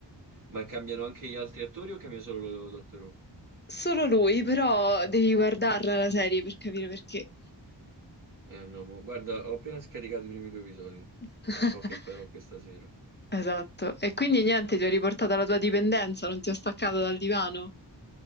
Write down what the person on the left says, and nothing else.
Solo lui, però devi guardarla la serie per capire perché.
<laughs>
Esatto. E quindi niente, ti ho riportato alla tua dipendenza, non ti ho staccato dal divano.